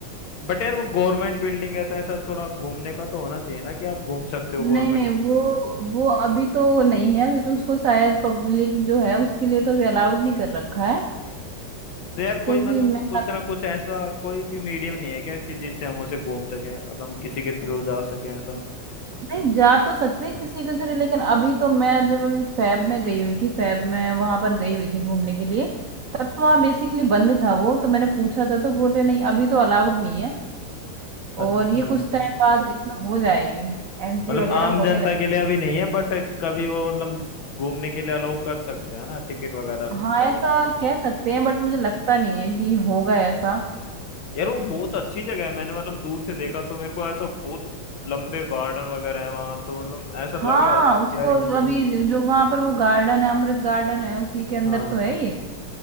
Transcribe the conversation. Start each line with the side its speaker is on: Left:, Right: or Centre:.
Left: बट यार वो गवर्नमेंट बिल्डिंग है तो ऐसा थोड़ा घूमने का तो होना चाहिए ना कि आप घूम सकते हो
Right: नहीं
Left: गवर्नमेंट
Right: नहीं वो वो अभी तो नहीं है अभी तो उसको शायद पब्लिक जो है उसके लिए तो अभी अलाउड नहीं कर रखा है
Left: तो यार कोई
Right: क्योंकि
Left: मतलब
Right: मैं
Left: कुछ ना कुछ ऐसा कोई भी मीडियम नहीं है क्या कि जिससे हम उसे घूम सकें मतलब हम किसी के थ्रू जा सकें ऐसा
Right: नहीं जा तो सकते हैं किसी के थ्रू लेकिन अभी तो मैं जब अभी फैब में गई हुई थी फैब में वहां पर गई हुई थी घूमने के लिए तब तो वहाँ बेसिकली बंद था वो तो मैंने पूछा था तो बोले नहीं अभी तो अलाउड नहीं है और
Left: अच्छा
Right: ये कुछ टाइम बाद इसमें हो जाएगी एंट्री
Left: मतलब
Right: वगैरह
Left: आम
Right: होने
Left: जनता
Right: लग
Left: के लिए अभी नहीं है बट कभी वो मतलब घूमने के लिए अलाउ कर सकते हैं ना टिकट वगैरह
Right: हाँ
Left: करवा
Right: ऐसा
Left: के
Right: कह सकते हैं बट मुझे लगता नहीं है कि होगा ऐसा
Left: यार वो बहुत अच्छी जगह है मैंने मतलब दूर से देखा तो मेरे को ऐसा बहुत लंबे गार्डन वगैरह है वहां तो मतलब ऐसा
Right: हाँ
Left: लगा यार कि
Right: उसको
Left: यार ये जगह
Right: अभी जो वहां पर वो गार्डन है अमृत गार्डन है उसी के अंदर
Left: हाँ
Right: तो है ये